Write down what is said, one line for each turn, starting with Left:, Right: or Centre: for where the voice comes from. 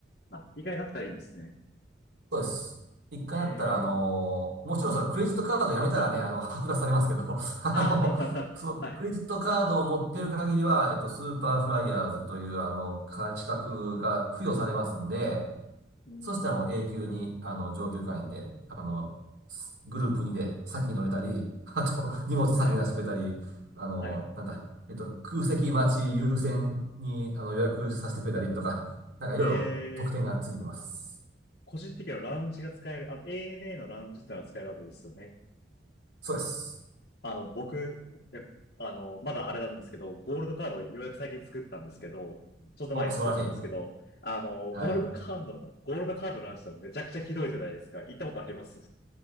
Left: あ、意外だったらいいんですね。
Right: そうです。一回なったら、
Left: ええ
Right: あのーもちろんそのクレジットカードやめたらね、あの、<laughs> 剥奪されますけど、<laughs> あの、
Left: あ、
Right: そのクレジットカードを持ってる限りは、
Left: <laughs> はいはい。
Right: えっと、スーパーフライヤーズという、あの、資格が付与されますんで、
Left: うん
Right: そしたらもう永久に、あの、上級会員で、あの、グループ2で先に乗れたり、あと、<laughs> 荷物先に出してくれたり、
Left: はい、
Right: あの、
Left: はい。
Right: なんだ、えっと、空席待ち優先に、あの、予約させてくれたりとか、なんかいろいろ特典がついてきます。
Left: ええ。個人的にはラウンジが使える、あ、ANA のラウンジってのは使えるわけですよね。
Right: そうです。
Left: あの、僕、いやあの、まだあれなんですけど、ゴールドカードをようやく最近作ったんですけど、ちょっと前に作ったんですけど、
Right: お、素晴らしい。
Left: あの、
Right: はい。
Left: ゴールドカードの、ゴールドカードのラウンジってめちゃくちゃひどいじゃないですか。行ったことあります